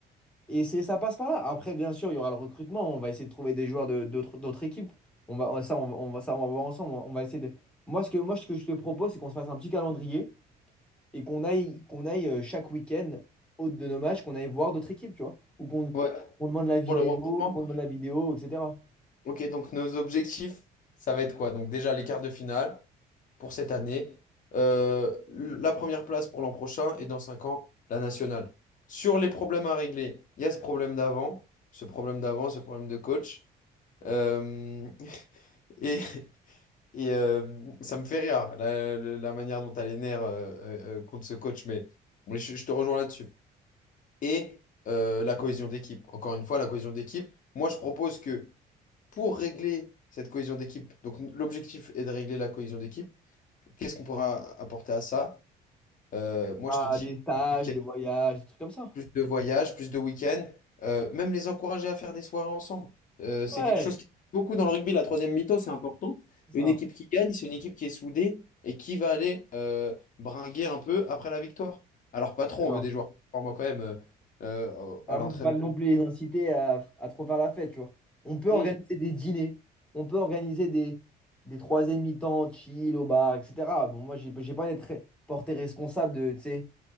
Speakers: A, in the centre; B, on the left (about 50°).
A: Et c'est, ça passe par là. Après, bien sûr, il y aura le recrutement, on va essayer de trouver des joueurs de, d'autres, d'autres équipes. On va, ça, on, va, on va- ça, on va voir ensemble. On va essayer de... Moi, ce que, moi, ce que je te propose, c'est qu'on se fasse un petit calendrier et qu'on aille, qu'on aille euh, chaque week-end, hôte de nos matchs, qu'on aille voir d'autres équipes, tu vois, ou qu'on
B: ouais,
A: qu'on demande la vidéo,
B: pour le recrutement,
A: qu'on demande la vidéo, etc.
B: ok, donc nos objectifs, ça va être quoi? Donc déjà les quarts de finale pour cette année, euh, la première place pour l'an prochain et dans cinq ans, la nationale. Sur les problèmes à régler, il y a ce problème d'avant, ce problème d'avant, ce problème de coach. Euh, et et euh, ça me fait rire, la, la manière dont tu as les nerfs euh, euh, euh, contre ce coach, mais mais je, je te rejoins là-dessus. Et euh, la cohésion d'équipe. Encore une fois, la cohésion d'équipe. Moi, je propose que pour régler cette cohésion d'équipe, donc l'objectif est de régler la cohésion d'équipe, qu'est-ce qu'on pourra apporter à ça? Euh, moi,
A: Ah,
B: je te dis
A: des stages,
B: ok,
A: des voyages, des trucs comme ça.
B: plus de voyages, plus de week-ends, euh, même les encourager à faire des soirées ensemble. Euh, c'est
A: Ouais,
B: quelque chose qui beaucoup dans le rugby, la troisième mi-temps, c'est important.
A: c'est ça.
B: Une équipe qui gagne, c'est une équipe qui est soudée et qui va aller euh, bringuer un peu après la victoire. Alors pas
A: Je
B: trop,
A: suis d'accord.
B: on veut des joueurs performants quand même euh, euh, à
A: Et Après,
B: l'entraînement.
A: faut pas non plus les inciter à, à trop faire la fête, tu vois. On peut
B: Mm.
A: organiser des dîners, on peut organiser des, des troisième mi-temps chill au bar, etc. Bon, moi, j'ai j'ai pas envie d'être porté responsable de, tu sais,